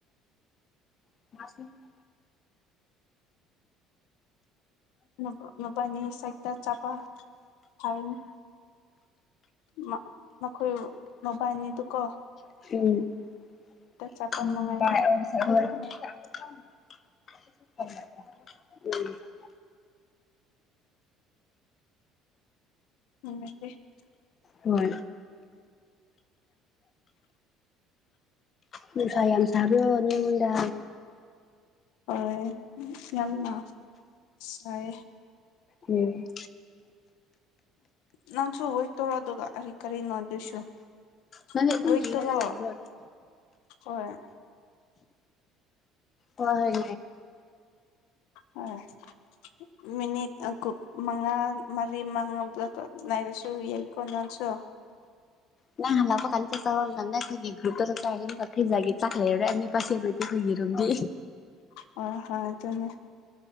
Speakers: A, on the left (about 35°); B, on the left (about 80°).
A: <inaudible>
B: ꯅꯨ ꯅꯨꯄꯥꯟꯒꯤ ꯁꯥꯏꯠꯇ ꯆꯥꯄ ꯍꯥꯔꯅꯤ ꯃ ꯃꯈꯣꯏ ꯃꯕꯥꯏꯅꯤꯗꯨꯀꯣ
A: <inaudible>
B: ꯆꯠꯄ ꯅꯨꯡꯉꯥꯏꯅꯤ
A: <inaudible>
B: ꯅꯪ <unintelligible>
A: ꯍꯣꯏ ꯅꯨꯡꯁꯥ ꯌꯥꯝ ꯁꯥꯕ꯭ꯔꯣ ꯅꯣꯏꯉꯣꯟꯗ
B: ꯑꯩꯅꯅꯦ ꯌꯥꯝꯅ ꯁꯥꯏꯌꯦ
A: ꯎꯝ
B: ꯅꯥꯟꯁꯨ ꯍꯣꯏ ꯇꯧꯔꯣ ꯑꯗꯨꯒ ꯑꯔꯤ ꯀꯔꯤ ꯅꯣꯗꯁꯨꯣ <unintelligible>
A: ꯅꯪꯗꯤ ꯑꯗꯨꯝ
B: ꯏ
A: ꯌꯦꯡꯔꯒ
B: ꯇ ꯀꯣ
A: ꯂꯩꯕ꯭ꯔꯣ
B: ꯍꯣꯏ
A: ꯑꯣ ꯍꯏ
B: ꯍꯣꯏ ꯃꯤꯅꯤꯠ ꯃꯉꯥ ꯃꯔꯤ ꯃꯉꯥ ꯂꯩꯔꯁꯨ ꯌꯦ ꯀꯣꯟꯅꯁꯨ
A: ꯅ ꯍꯜ ꯂꯕꯣ ꯀꯟ ꯆꯥꯛ ꯆꯥꯕꯥ ꯉꯅꯕꯦ ꯈꯣꯏꯒꯏ ꯒꯔꯨꯞꯇ ꯆꯥꯛ ꯆꯥꯕꯥ ꯑꯃꯣꯛꯀꯥ ꯀ ꯊꯖꯒꯦ ꯆꯥꯛꯂ ꯂꯩꯔꯦ <unintelligible> ꯐꯣꯏꯒ ꯔꯨꯟꯗꯤ
B: <unintelligible> ꯑꯣ ꯍ ꯑꯗꯨꯅꯦ